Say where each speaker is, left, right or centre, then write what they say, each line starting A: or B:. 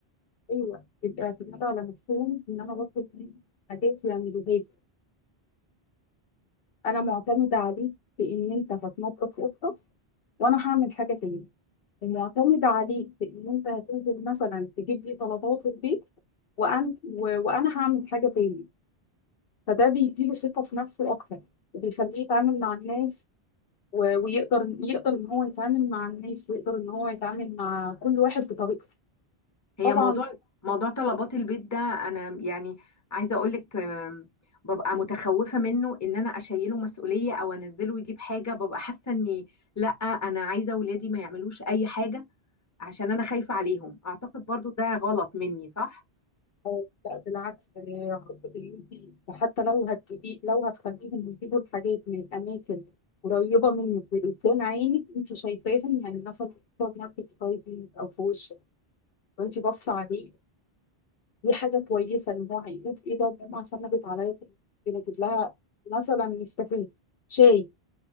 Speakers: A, on the left (about 65°); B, on the left (about 20°).
A: ايوه الاعتماد على نفسهم ان انا بطلب دي حاجات يعملوها لي انا معتمده عليك في ان انت هتنظف اوضتك وانا هعمل حاجه تاني المعتمد عليك في ان انت هتنزل مثلا تجيب لي طلبات البيت وأن... و... وانا هعمل حاجه تاني فده بيديله ثقه في نفسه اكتر وبيخليه يتعامل مع الناس و... ويقدر يقدر ان هو يتعامل مع الناس ويقدر ان هو يتعامل مع كل واحد بطريقته
B: هي
A: طبعا
B: موضوع موضوع طلبات البيت ده انا يعني عايزه اقول لك آم، ببقى متخوفه منه ان انا اشيله مسؤوليه او انزله يجيب حاجه ببقى حاسه اني لا انا عايزه اولادي ما يعملوش اي حاجه عشان انا خايفه عليهم اعتقد برضو ده غلط مني صح
A: آه، لا بالعكس آه، خطة اللي انت حتى لو هتجيبي لو هتخليهم يجيبوا الحاجات من اماكن قريبه منك وقدام عينك انت شايفاهم يعني مثلا في سوبر ماركت قريب منك او في وشك وانت باصه عليه دي حاجة كويسة إن هو هيقول إيه ده ماما اعتمدت عليا في إني أجيب لها مثلا نسكافيه شاي